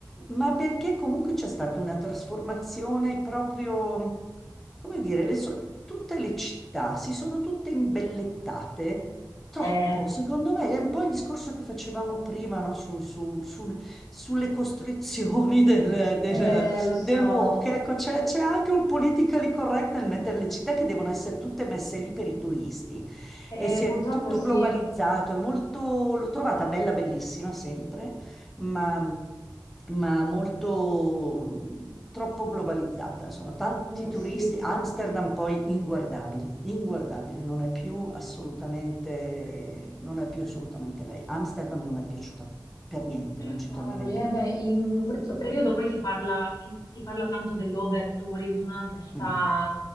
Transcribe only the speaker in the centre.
ma perché comunque c'è stata una trasformazione proprio, come dire, le so- tutte le città si sono tutte imbellettate Troppo,
secondo me è un po' il discorso che facevamo prima, no? Su- su- sul- sulle costrizioni <laughs> del, del,
del walk. Ecco, c'è c'è anche un politically correct nel mettere le città che devono essere tutte messe lì per i turisti.
E si
è tutto
globalizzato, è molto, l'ho trovata bella, bellissima sempre, ma, ma molto mh, troppo globalizzata, insomma, tanti
turisti.
Amsterdam poi inguardabile, inguardabile, non è più assolutamente, non è più assolutamente lei. Amsterdam non mi è piaciuta per niente,
non ci
tornerei più.
Mm.